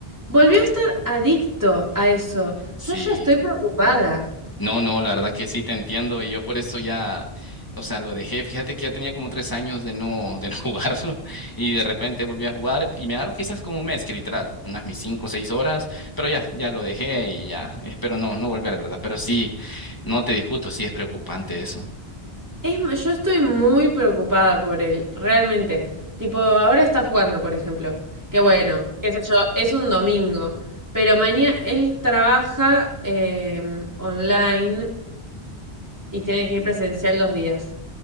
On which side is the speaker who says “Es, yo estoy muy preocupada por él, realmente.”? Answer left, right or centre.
Right